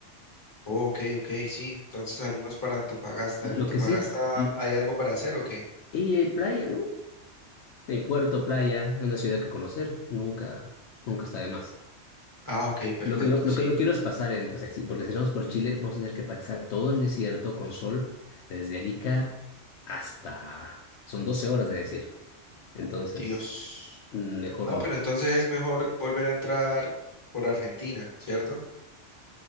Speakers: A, on the left; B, on the left.
A: Oh, ok, ok, sí. Entonces salimos para Antofagasta.
B: Lo
A: ¿En Antofagasta
B: que sí, lo-
A: hay algo para hacer o qué?
B: y hay playa, ¿no? Hay puerto, playa, es una ciudad que conocer, nunca, nunca está de más.
A: Ah, ok, perfecto,
B: Lo que, no- lo,
A: sí.
B: que no quiero es pasar el, o sea, sí, porque si vamos por Chile, vamos a tener que pasar todo el desierto con sol, desde Arica hasta, son 12 horas de desierto. Entonces,
A: Dios.
B: mm, mejor
A: No,
B: no.
A: pero entonces es mejor volver a entrar por Argentina, ¿cierto?